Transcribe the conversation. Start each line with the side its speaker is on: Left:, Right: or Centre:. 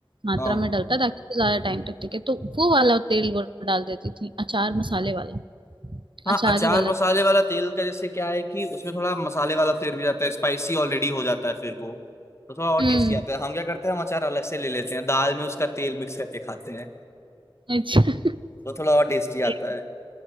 Right: मात्रा
Left: हाँ
Right: में डलता है ताकि वो ज्यादा टाइम तक टिके तो वो वाला तेल वो डाल देती थी अचार मसाले वाला
Left: हाँ
Right: अचारी
Left: अचार
Right: वाला
Left: मसाले वाला तेल का जैसे क्या है कि उसमें थोड़ा मसाले वाला फ्लेवर भी जाता है स्पाइसी ऑलरेडी हो जाता है फिर वो तो थोड़ा और
Right: हम्म
Left: टेस्टी आता है हम क्या करते हैं हम अचार अलग से ले लेते हैं दाल में उसका तेल मिक्स करके खाते हैं
Right: अच्छा <laughs>
Left: तो थोड़ा और टेस्टी
Right: सही
Left: आता है